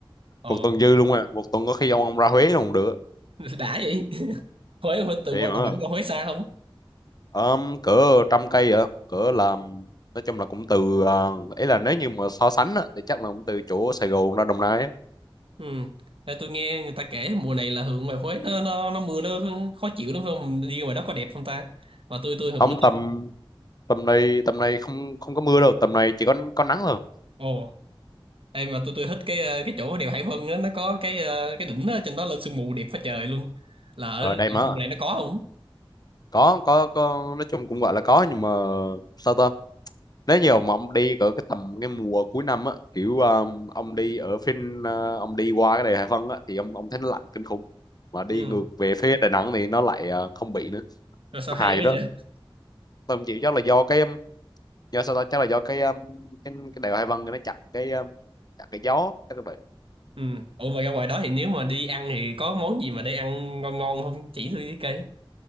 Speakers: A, on the right; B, on the left.
A: ờ
B: một tuần dư luôn à một tuần có khi ông ông ra Huế luôn cũng được
A: <laughs> đã vậy. <laughs> Huế Huế từ
B: vậy
A: qua
B: mà
A: Đà Nẵng qua Huế xa không?
B: um, cỡ trăm cây vậy cỡ làm nói chung là cũng từ à, ấy là nếu như mà so sánh á, thì chắc là cũng từ chỗ Sài Gòn ra Đồng Nai á.
A: Ừ. Ê, tôi nghe người ta kể mùa này là hướng ngoài Huế nó nó nó mưa nó khó chịu lắm phải không? Đi ngoài đó có đẹp không ta? Mà tôi tôi hồi
B: không
A: bữa tôi
B: tầm tầm này tầm này không không có mưa đâu tầm này chỉ có có nắng thôi
A: Ồ Ê mà tôi tôi thích cái ờ, cái chỗ đèo Hải Vân á, nó có cái ờ, cái đỉnh đó, trên đó lên sương mù đẹp phá trời luôn. Là ở
B: ở
A: ở
B: đây mà
A: vùng này nó có không?
B: có có có nói chung cũng gọi là có nhưng mà sao ta nếu nhiều mà ông đi cỡ cái tầm cái mùa cuối năm á kiểu um, ông đi ở phía uh, ông đi qua cái đèo Hải Vân á thì ông ông thấy nó lạnh kinh khủng mà đi
A: Ừ.
B: ngược về phía Đà Nẵng thì nó lại ờ, không bị nữa
A: Rồi sao
B: nó
A: hay
B: hài
A: quá
B: vậy đó
A: vậy?
B: tôi không chịu chắc là do cái um, do sao ta chắc là do cái um, cái cái đèo Hải Vân nó chặn cái um, chặn cái gió chắc là vậy
A: Ừ. Ủa mà ra ngoài đó thì nếu mà đi ăn thì có món gì mà để ăn ngon ngon không? Chỉ tôi với cây.